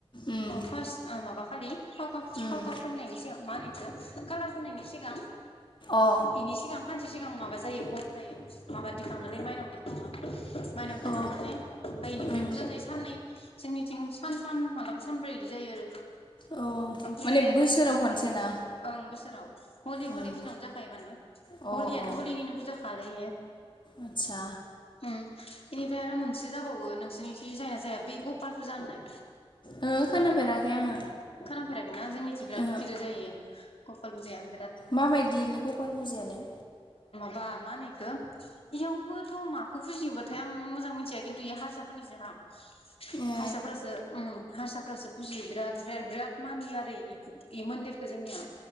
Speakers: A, on the left; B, on the left.
A: उम
B: फार्स्ट माबा खालि फावका फावखुवा
A: उम
B: फुननायनि सिगां मा होनो इखो कालार फोनायनि सिगां
A: ओ
B: बेनि सिगां सानसे सिगां माबा जायो गन जायो माबा दिखाङोलै माइनाव दिखाङो माइनाव दिखांनानै
A: अ
B: <unintelligible> निफ्राय
A: उम
B: फुजा जायो साननै जोंनिथिं सानथाम मालाबा सानब्रै बिदि जायो आरो।
A: औ
B: ओमफ्राय
A: माने बोसोराव
B: आरो
A: खनसे ना?
B: ओं बोसोराव हलि
A: उम
B: हलि दिनावनो जाखायो माने
A: अ
B: हलियानो
A: अ
B: हलिनिनो बुरजाखायालै ओ।
A: आदसा
B: <unintelligible> इनिफ्राय आरो मोनसे जाब <unintelligible> बावो नोंसोरनिथिं जायना जाया <unintelligible> <unintelligible> गपाल फुजा होननाय
A: ओहो खोनाफेराखै आङो
B: खोनफेराखैना जोंनिथिं बिराद
A: ओहो
B: गिदिर जायो। गपाल फुजाया होनदो।
A: माबायदिलै गपाल फुजायालाय?
B: <unintelligible> बा मा होनो इखौ इयावबोथ' माखौ बुजियोबाथाय आं मोजां मोनथियाखै। खिन्थु बे हारसाफोरनिसो हा
A: ए
B: हारसाफोरासो ओम हारसाफोरासो फुजियो बिराद ओमफ्राय आरो बिराद मानियो आरो बे मन्दिरखौ जोंनिया।